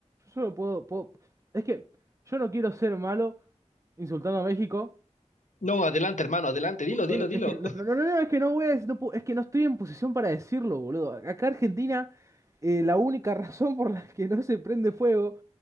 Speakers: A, on the right; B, on the left.
A: Yo solo puedo, puedo- Es que yo no quiero ser malo insultando a México.
B: No, adelante, hermano, adelante, dilo,
A: pu- pero
B: dilo, dilo.
A: Es que no, no, no, no, es que no voy a, no puedo- es que no estoy en posición para decirlo, boludo. Acá Argentina eh, la única <laughs> razón por la que no se prende fuego